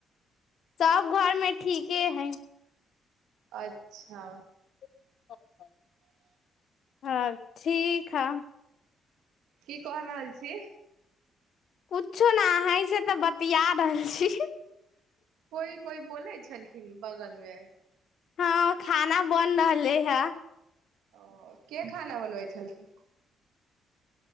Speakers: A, on the left; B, on the right.
A: तब घर मे ठीके है
B: अच्छा
A: ह ह हँ ठीकीक ह
B: की क रहल छी
A: कुछो ने अही से तऽ बतििया रहल छी
B: कोइ कोइ बोलै छलखिन बगलमे
A: हँ खाना बन रहले हे
B: ओ के खाना बनबै छलख